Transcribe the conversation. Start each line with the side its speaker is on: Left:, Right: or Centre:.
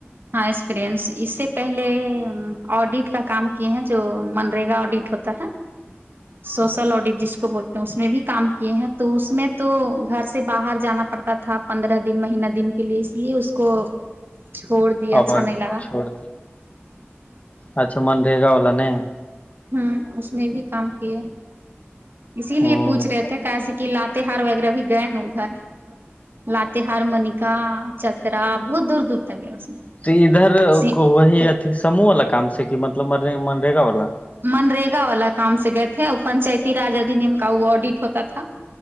Right: ہاں ایکسپرینس اس سے پہلے آڈٹ کا کام کیے ہیں جو منرے گا آڈٹ ہوتا ہے سوسل آڈٹ جس کو بولتے ہیں اس میں بھی کام کیے ہیں تو اس میں تو گھر سے باہر جانا پڑتا تھا پندرہ دن مہینہ دن کے لیے اس لیے اس کو چھوڑ دیا اچھا
Left: اب
Right: نہیں لگا
Left: چھوڑ اچھا منریگا والا نے
Right: ہاں اس میں بھی کام کیے اسی
Left: ہ
Right: لیے پوچھ رہے تھے کیسے کہ لات بہار وغیرہ بھی گئے ہیں ادھر لتے ہار منکا چترا بہت دور دور تک گے اس میں
Left: تو ادھر
Right: سم
Left: کو وہی اتیھی سموہ والا کام سیکھی مطلب منریگا والا
Right: منریگا والا کام سے گئے تھے وہ پنچایتی راج ادھی نیم کا وہ آڈٹ ہوتا تھا